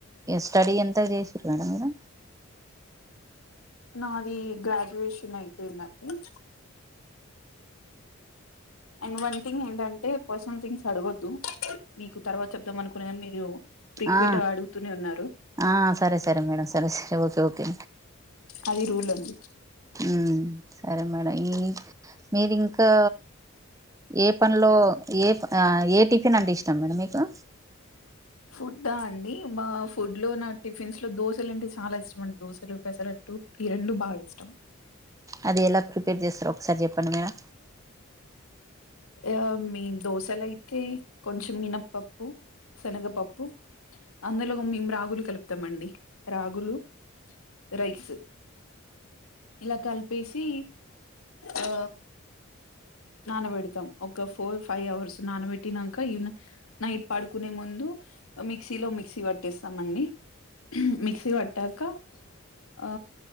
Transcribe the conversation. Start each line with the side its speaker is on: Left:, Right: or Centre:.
Right: స్టడీ ఎంత చేసింరు మేడం మీరు
Left: నాది గ్రాడ్యుషన్ అయిపోయిందండి. అండ్ వన్ థింగ్ ఏంటంటే పర్సనల్ థింగ్స్ అడగొద్దు. మీకు తర్వాత చెప్దాం అనుకున్న గని మీరు ప్రైక్విట
Right: ఆ
Left: అడుగుతూనే ఉన్నార్
Right: ఆ సరే సరే మేడం సరే సరే ఓకే ఓకే
Left: అది రూల్ అండి
Right: హుమ్ సరే మేడం ఈ మీదింకా ఏ పనులో ఏ ఆ ఏ టిఫిన్ అంటే ఇష్టం మేడం మీకు
Left: ఫుడ్డ ఆ అండి మా ఫుడ్ లో నా టిఫిన్స్ లో దోశలు అంటే చాలా ఇష్టం అండి దోశలు పెసరట్టు ఈ రెండు బాగా ఇష్టం
Right: అది ఎలా ప్రిపేర్ చేస్తారో ఒకసారి చెప్పండి మేడం
Left: ఆ మీమ్ దోశలైతే కొంచెం మినప్పప్పు శనగపప్పు అందులో మేము రాగులు కలుపుతామండి రాగులు రైస్స్ ఇలా కలిపేసి ఆ నానబెడుతాం ఒక ఫోర్ ఫైవ్ అవర్స్ నానబెట్టినంక ఈవ్న నైట్ పడుకునే ముందు మిక్సీ లో మిక్సీ పట్టేస్తామండి మిక్సీ పట్టాక ఆ